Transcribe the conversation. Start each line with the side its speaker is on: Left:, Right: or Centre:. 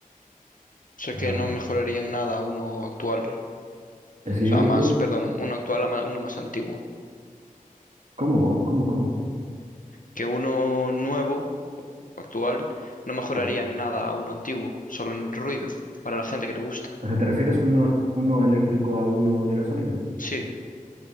Left: O sea
Right: O sea,
Left: que no mejoraría en nada uno actual.
Right: es que
Left: O
Right: yo
Left: sea, más,
Right: creo
Left: perdón,
Right: que,
Left: uno actual a ma- uno más antiguo.
Right: ¿cómo? ¿Cómo? ¿Cómo?
Left: Que uno nuevo, actual, no mejoraría
Right: Eh,
Left: en nada a uno antiguo, solo en el ruido, para la gente que le gusta.
Right: O sea, ¿te refieres uno, uno eléctrico a uno de gasolina?
Left: Sí,